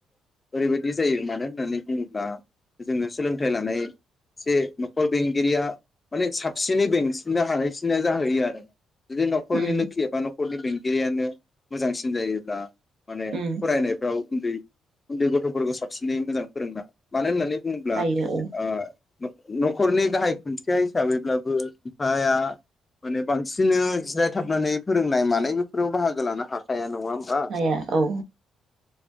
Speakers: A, on the left; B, on the right.
A: ओरैबायदि जायो मानो होननानै बुङोब्ला जोङो सोलोंथाइ लानाय एसे नखर बेंगिरिया माने साबसिनै बेंसिननो हानायसिननाय जाहैयो आरो। जुदि नखरनि
B: उम
A: लोखि एबा नं खरनि बेंगिरियानो मोजांसिन जायोब्ला। माने
B: उम
A: फरायनायफ्राव उन्दै उन्दै गथफोरखौ साबसिनै मोजां फोरोंना मानो होननानै बुंब्ला
B: हायो औ
A: आ नखरनि गाहाय खुन्थिया हिसाबैब्लाबो बिफाया माने बांसिननो जिरायथाबनानै फोरोंनाय मानाय बेफोराव बाहागो लानो हाखाया नङा होमबा
B: हाया औ